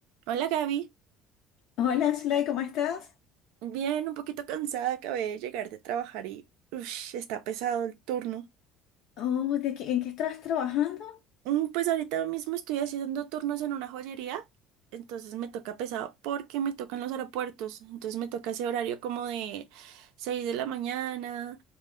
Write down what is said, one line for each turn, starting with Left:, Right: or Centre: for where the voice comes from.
Right: Hola Gaby,
Left: Hola, Zulay, ¿cómo estás?
Right: bien, un poquito cansada, acabé de llegar de trabajar y ush, está pesado el turno.
Left: Oh, ¿de qué- en qué estás trabajando?
Right: Mm, Pues ahorita mismo estoy haciendo turnos en una joyería, entonces me toca pesado porque me tocan los aeropuertos, entonces me toca ese horario como de 6 de la mañana,